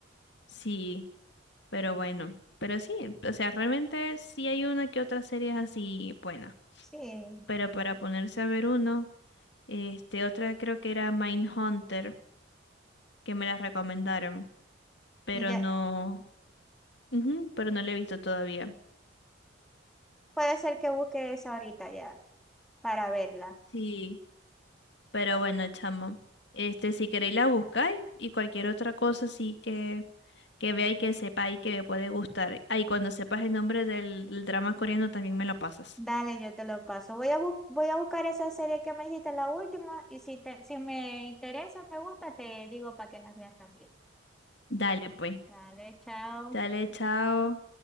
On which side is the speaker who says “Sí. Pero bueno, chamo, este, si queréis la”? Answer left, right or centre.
Left